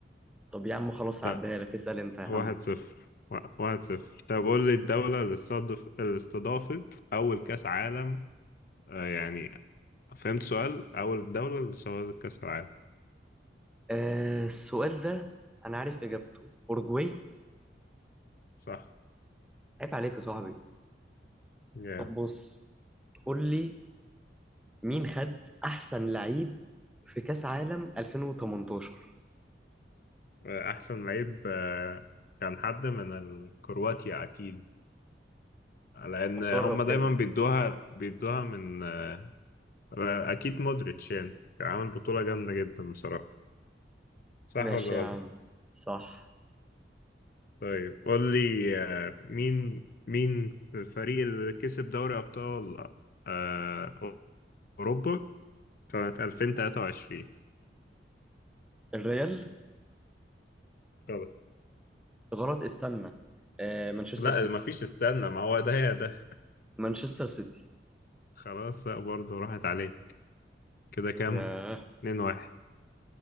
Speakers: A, in the centre; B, on the left.
A: طب يا عم خلاص
B: طب
A: هعديها لك اسأل انت يا عم
B: واحد صفر وا- واحد صفر طب قول لي الدولة اللي استضف اللي استضافت أول كأس عالم آه، يعني فهمت سؤال أول دولة اللي استضافت كأس العالم
A: آه السؤال ده انا عارف اجابته اورجواي
B: صح
A: عيب عليك يا صاحبي
B: جامد
A: طب بص قول لي مين خد احسن لعيب في كاس عالم 2018
B: آه، أحسن لعيب آه، كان حد من الكرواتيا أكيد لان
A: طب
B: هم
A: جرب
B: دايما
A: كده
B: بيدوها بيدوها من آه، اكيد مودريتش يعني عامل بطولة جامدة جدا بصراحة صح
A: ماشي
B: ولا
A: يا عم
B: غلط
A: صح
B: طيب قول لي آه، مين مين الفريق اللي كسب دوري ابطال آه، اوروبا سنة 2023
A: الريال
B: غلط
A: غلط استنى آه مانشستر
B: لا
A: سيتي
B: ما فيش استنى ما هو ده يا ده
A: مانشستر سيتي
B: خلاص لا، برضه راحت عليك كده كام
A: ياه
B: 2 1